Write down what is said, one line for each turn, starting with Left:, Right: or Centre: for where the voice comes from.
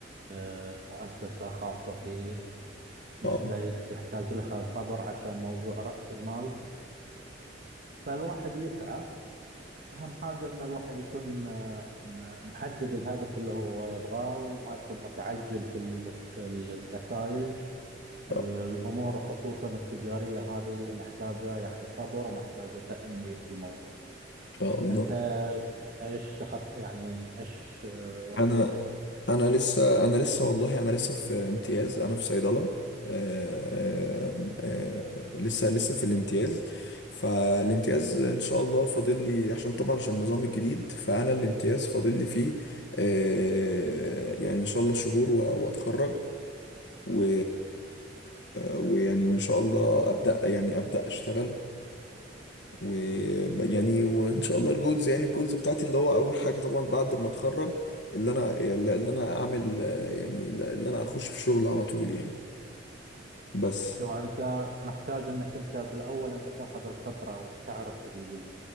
Right: آه، مؤسسة خاصة فيني بعد
Left: اه ان
Right: ما- بس يحتاج لها صبر عشان موضوع رأس المال فالواحد يسعى أهم حاجة إن الواحد يكون آه، م- محدد الهدف اللي هو يبغاه وما يكون متعجل في الم- في النتائج
Left: امم
Right: الأمور خصوصا التجارية هذه محتاجة يعني صبر ومحتاجة تأني في الموضوع
Left: شاء الله
Right: انت
Left: ان
Right: ايش تخص يعني ايش آه،
Left: شاء
Right: رؤيتك
Left: الله انا انا لسه انا لسه والله انا لسه في امتياز انا في صيدله آه، آه، آه، لسه لسه في الامتياز فالامتياز ان شاء الله فاضل لي عشان طبعا عشان النظام الجديد فانا الامتياز فاضل لي فيه آه، يعني ان شاء الله شهور و- واتخرج و... ويعني وان شاء الله ابدا يعني ابدا اشتغل و يعني وان شاء الله الجولز يعني الجولز بتاعتي اللي هو اول حاجه طبعا بعد ما اتخرج اللي انا اللي اللي انا اعمل آه، يعني اللي انا اخش في شغل على طول يعني بس
Right: هو انت محتاج انك انت بالاول انت تاخذ الخبره وتعرف ال-